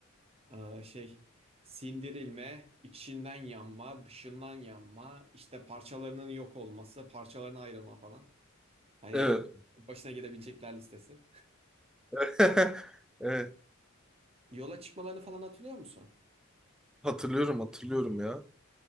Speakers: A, on the right; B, in the centre.
A: Ee, şey sindirilme, içinden yanma, dışından yanma, işte parçalarının yok olması, parçalarına ayrılma falan. Hani
B: Evet.
A: başına gelebilecekler listesi.
B: <laughs> Evet.
A: Yola çıkmalarını falan hatırlıyor musun?
B: Hatırlıyorum hatırlıyorum ya.